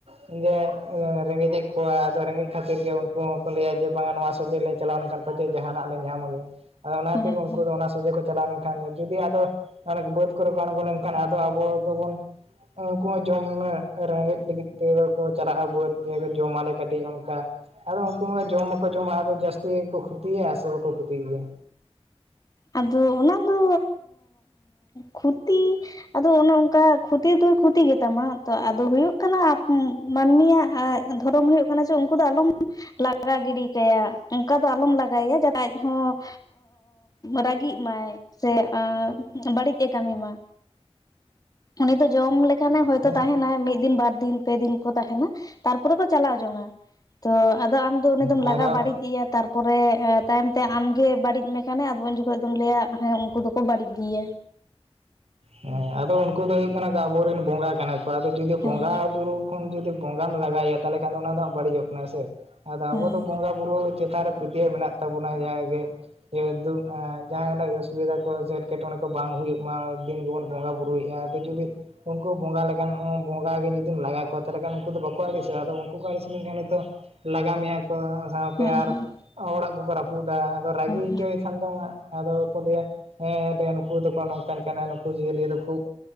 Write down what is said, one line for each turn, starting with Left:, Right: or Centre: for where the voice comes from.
Right: ᱡᱮ ᱨᱮᱸᱜᱮᱡᱮᱫ ᱠᱚᱣᱟ ᱟᱫᱚ ᱨᱮᱸᱜᱮᱡ ᱠᱷᱟᱹᱛᱤᱨ ᱜᱮ ᱩᱱᱠᱩ ᱦᱚᱸᱠᱚ ᱞᱟᱹᱭᱟ ᱡᱮ ᱵᱟᱝᱟ ᱱᱚᱣᱟ ᱥᱚᱡᱮ ᱪᱟᱞᱟᱣ ᱞᱮᱱᱠᱷᱟᱱ ᱯᱟᱪᱮᱫ ᱡᱟᱦᱟᱱᱟᱜ ᱞᱮ ᱧᱟᱢᱚᱜ ᱜᱮᱭᱟ ᱟᱫᱚ ᱚᱱᱟ
Left: ᱦᱮᱸ
Right: ᱛᱮᱜᱮ
Left: ᱦᱮᱸ
Right: ᱩᱱᱠᱩ ᱚᱱᱟ ᱥᱚᱡᱷᱮ ᱠᱚ ᱪᱟᱞᱟᱣ ᱞᱮᱱᱠᱷᱟᱱ ᱡᱩᱫᱤ ᱟᱫᱚ ᱵᱟᱹᱫᱽ ᱠᱚᱨᱮ ᱠᱚ ᱟᱬᱜᱚ ᱞᱮᱱᱠᱷᱟᱱ ᱟᱫᱚ ᱟᱵᱚ ᱫᱚᱵᱚᱱ ᱩᱱᱠᱩ ᱦᱚᱸ ᱡᱚᱢᱼᱟ ᱨᱮᱸᱜᱮᱡ ᱞᱟᱹᱜᱤᱫ ᱛᱮ ᱫᱚ ᱠᱚ ᱪᱟᱞᱟᱜᱼᱟ ᱵᱳᱛ ᱨᱮ ᱡᱚᱢᱼᱟ ᱟᱞᱮ ᱠᱟᱹᱴᱤᱡ ᱚᱱᱠᱟ ᱟᱫᱚ ᱩᱱᱠᱩ ᱢᱟ ᱡᱚᱢ ᱢᱟᱠᱚ ᱡᱚᱢᱟ ᱟᱫᱚ ᱡᱟᱹᱥᱛᱤ ᱠᱚ ᱠᱷᱚᱛᱤᱭᱟ ᱥᱮ ᱵᱟᱠᱩ ᱠᱷᱩᱚᱛᱤᱭ ᱜᱮᱭᱟ
Left: ᱟᱫᱚ ᱚᱱᱟ ᱫᱚ ᱠᱷᱩᱛᱤ ᱟᱫᱚ ᱚᱱᱮ ᱚᱱᱠᱟ ᱠᱷᱚᱛᱤ ᱫᱚᱭ ᱠᱷᱚᱛᱤ ᱜᱮᱛᱟᱢᱟ᱾ ᱛᱚ ᱟᱫᱚ ᱦᱩᱭᱩᱜ ᱠᱟᱱᱟ ᱢᱟᱹᱱᱢᱤᱭᱟᱜ ᱫᱷᱚᱨᱚᱢ ᱦᱩᱭᱩᱜ ᱠᱟᱱᱟ ᱡᱮ ᱩᱱᱠᱩ ᱫᱚ ᱟᱞᱚᱢ ᱞᱟᱜᱟ ᱜᱤᱰᱤ ᱠᱟᱭᱟ ᱚᱱᱠᱟ ᱫᱚ ᱟᱞᱚᱢ ᱞᱟᱜᱟᱭᱮᱭᱟ ᱡᱟ ᱟᱡ ᱦᱚᱸ ᱨᱟᱹᱜᱤᱜ ᱢᱟᱭ ᱥᱮ ᱵᱟᱹᱲᱤᱡ ᱮ ᱠᱟᱹᱢᱤ ᱢᱟ ᱩᱱᱤᱫᱚ ᱡᱚᱢ ᱞᱮᱠᱷᱟᱱᱮ ᱦᱚᱭᱛᱚ
Right: ᱦᱮᱸ
Left: ᱛᱟᱦᱮᱸᱱᱟᱭ, ᱢᱤᱫ ᱫᱤᱱ ᱵᱟᱨ ᱫᱤᱱ ᱯᱮ ᱫᱤᱱ ᱠᱚ ᱛᱟᱦᱮᱸᱱᱟ᱾ ᱛᱟᱨᱯᱚᱨᱮ ᱠᱚ ᱪᱟᱞᱟᱣ ᱡᱚᱝᱼᱟ ᱛᱚ ᱟᱫᱚ ᱟᱢ ᱫᱚ ᱩᱱᱤ ᱫᱚᱢ
Right: ᱟᱫᱚ
Left: ᱞᱟᱜᱟᱣ ᱵᱟᱲᱤᱡ ᱛᱟᱨᱯᱚᱨᱮ ᱛᱟᱭᱚᱢᱛᱮ ᱟᱢᱜᱮ ᱵᱟᱹᱲᱤᱡ ᱢᱮᱠᱟᱱᱮ ᱡ ᱩᱱ ᱡᱚᱠᱷᱚᱱ ᱫᱚᱢ ᱞᱟᱹᱭᱟ ᱦᱮᱸ ᱩᱱᱠᱩ ᱫᱚᱠᱚ ᱵᱟᱹᱲᱤᱡ ᱜᱮᱭᱟ
Right: ᱦᱮᱸ, ᱟᱫᱚ ᱩᱱᱠᱩ ᱫᱚ ᱦᱩᱭᱩᱜ ᱠᱟᱱᱟ ᱠᱚ ᱟᱵᱚᱨᱮᱱ ᱵᱚᱸᱜᱟ ᱠᱟᱱᱟ ᱠᱚ᱾ ᱟᱫᱚ ᱡᱩᱫᱤ ᱵᱚᱸᱜᱟ
Left: ᱦᱮᱸ
Right: ᱵᱩᱨᱩ ᱟᱢ ᱡᱩᱫᱤ ᱵᱚᱸᱜᱟᱢ ᱞᱟᱜᱟᱭᱮᱭᱟ, ᱛᱟᱦᱚᱞᱮ ᱠᱷᱟᱱ ᱫᱚ ᱚᱱᱟ ᱫᱚ ᱵᱟᱹᱲᱤᱡᱚᱜ ᱠᱟᱱᱟ ᱥᱮ᱾ ᱟᱫᱚ ᱟᱵᱚ
Left: ᱦᱮᱸ
Right: ᱫᱚ ᱵᱚᱸᱜᱟ ᱵᱩᱨᱩ ᱪᱮᱛᱟᱱ ᱨᱮ ᱯᱟᱹᱛᱭᱟᱹᱣ ᱢᱮᱱᱟᱜ ᱛᱟᱵᱚᱱᱟ ᱡᱟᱦᱟᱸ ᱜᱮ ᱮᱼᱫᱩᱼᱟ ᱡᱟᱦᱟᱱᱟᱜ ᱚᱥᱩᱵᱤᱫᱟ ᱠᱚ ᱥᱮ ᱮᱴᱠᱮᱴᱚᱬᱮ ᱠᱚ ᱵᱟᱝ ᱦᱩᱭᱩᱜᱼᱢᱟ᱾ ᱫᱤᱱ ᱜᱮᱼᱵᱚᱱ ᱵᱚᱸᱜᱟ ᱵᱩᱨᱩᱭᱮᱫᱼᱟ ᱟᱫᱚ ᱡᱩᱫᱤ ᱩᱱᱠᱩ ᱵᱚᱸᱜᱟ ᱞᱮᱠᱟᱱ ᱦᱚᱸ ᱵᱚᱸᱜᱟ ᱜᱮ ᱡᱩᱫᱤᱢ ᱞᱟᱜᱟ ᱠᱚᱣᱟ ᱛᱟᱦᱚᱞᱮ ᱠᱷᱟᱱ ᱩᱱᱠᱩ ᱫᱚ ᱵᱟᱠᱚ ᱟᱹᱲᱤᱥᱚᱜᱼᱟ ᱟᱫᱚ ᱩᱱᱠᱩ ᱠᱚ ᱟᱹᱲᱤᱥ ᱞᱮᱱ ᱠᱷᱟᱱ ᱱᱤᱛᱚᱜ ᱞᱟᱜᱟ ᱢᱮᱭᱟ ᱠᱚ ᱥᱟᱶᱛᱮ
Left: ᱦᱮᱸ
Right: ᱟᱨ
Left: ᱦᱮᱸ
Right: ᱚᱲᱟᱜ ᱠᱚᱠᱚ ᱨᱟᱹᱯᱩᱫᱼᱫᱟ, ᱟᱫᱚ ᱨᱟᱹᱜᱤ
Left: ᱦᱮᱸ
Right: ᱦᱚᱪᱚᱭ ᱠᱷᱟᱱ ᱠᱷᱟᱱ ᱫᱚ ᱦᱟᱸᱜ ᱟᱫᱚ ᱠᱚ ᱞᱟᱹᱭᱟ ᱦᱮᱸ ᱫᱮᱱ ᱱᱩᱠᱩ ᱫᱚᱠᱚ ᱱᱚᱝ ᱠᱟᱱ ᱠᱟᱱᱟ ᱱᱩᱠᱩ ᱡᱤᱭᱟᱹᱞᱤ ᱫᱚ ᱠᱷᱩᱵᱽ